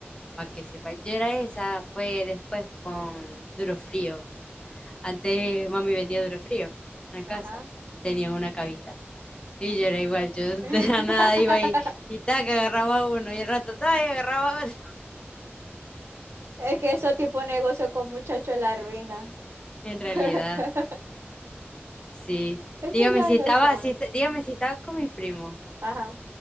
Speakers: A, on the left; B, on the right.
A: para que sepa, yo era esa, fue después con Duro Frío. Antes mami vendía Duro Frío en la casa,
B: Ajá.
A: tenía una cabita. Y yo era igual, yo
B: <laughs>
A: <laughs> de la nada iba y, y tac, agarraba uno y el rato tac, y agarraba otro.
B: Es que esos tipos de negocio con muchachos la ruina.
A: <laughs>
B: <laughs>
A: En realidad, sí.
B: Es
A: Dígame
B: que ya
A: si
B: lo
A: estaba,
B: saben.
A: si, est- dígame si estaba con mis primos.
B: Ajá.